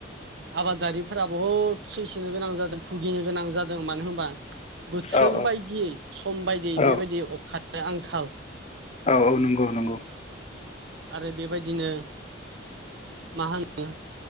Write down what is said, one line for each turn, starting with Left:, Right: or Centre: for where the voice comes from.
Right: आबादारिफोरा बहुद सैस नो गोनां जादों भुगिनो गोनां जादों मानो होनबा बोथोर
Left: औ औ
Right: बायदियै सम बायदियै
Left: औ
Right: बेबायदि अख आंखाल
Left: औ औ नंगौ नंगौ
Right: आरो बेबायदिनो मा होनो